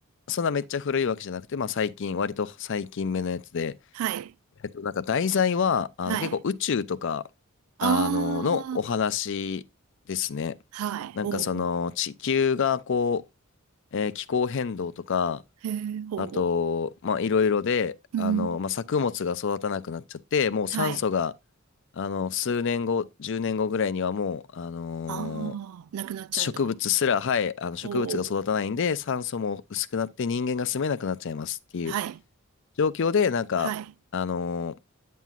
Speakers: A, on the left; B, on the right.
A: そんなめっちゃ古いわけじゃなくて、まあ最近、割と最近目のやつで、
B: はい。
A: えっと、なんか題材は、あの、
B: はい。
A: 結構宇宙とか、あの、
B: あ
A: のお話ですね。
B: あ、はい。
A: なんかその、
B: おうお
A: 地球がこう、えー気候変動とか、
B: う。へえ、ほうほ
A: あと、まあ、いろいろで、
B: う。
A: あの、
B: うん。
A: まあ、作物が育たなくなっちゃって、もう酸素が、
B: はい。
A: あの、数年後、10年後ぐらいにはもう、あのー
B: ああ、なくなっちゃうと。
A: 植物すら、はい、あの、植物が育たないんで、
B: おお。
A: 酸素も薄くなって人間が住めなくなっちゃいますっていう
B: はい。
A: 状況で、なんか、
B: はい。
A: あのー